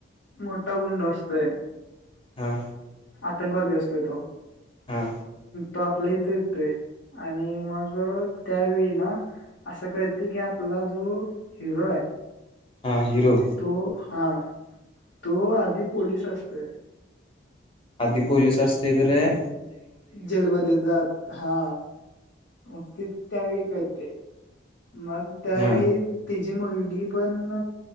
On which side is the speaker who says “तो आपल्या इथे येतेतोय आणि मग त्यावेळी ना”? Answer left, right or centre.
Left